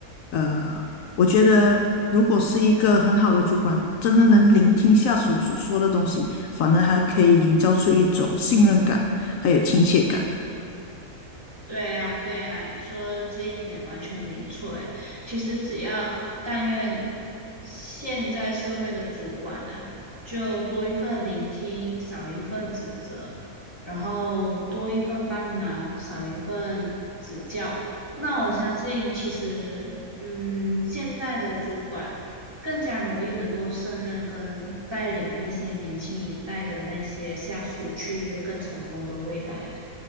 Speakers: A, on the left (about 70°); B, on the right (about 20°).
A: 呃，我觉得，如果是一个很好的主管，真的能聆听下属所说的东西，反而还可以营造出一种信任感，还有亲切感。
B: 对呀，对呀，你说这一点完全没错哎。其实只要但愿现在社会的主管啊，就多一份聆听，少一份指责，然后多一份帮忙，少一份指教。那我相信，其实，嗯，现在的主管更加容易能够胜任跟带领那些年轻一代的那些下属去一个更成功的未来了。